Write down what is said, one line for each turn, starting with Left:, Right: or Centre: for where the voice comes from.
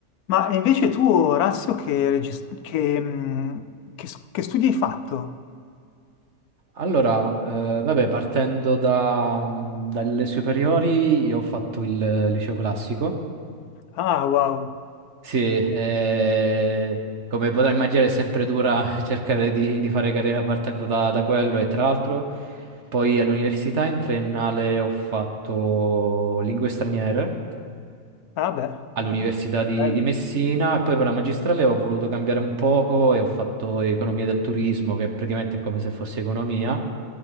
Left: Ma invece tu, Orazio, che, regis- che, mh, che s- che studi hai fatto?
Right: Allora, eh, vabbè, partendo da, mh, dalle superiori, io ho fatto il liceo classico.
Left: Ah, wow.
Right: Sì, eh, come potrai immaginare è sempre dura <laughs> cercare di, di fare carriera partendo da, da quello e tra l'altro poi all'università in triennale ho fatto lingue straniere
Left: Ah, beh,
Right: all'Università
Left: no.
Right: di,
Left: Bello.
Right: di Messina e poi per la magistrale ho voluto cambiare un poco e ho fatto economia del turismo, che praticamente è come se fosse economia.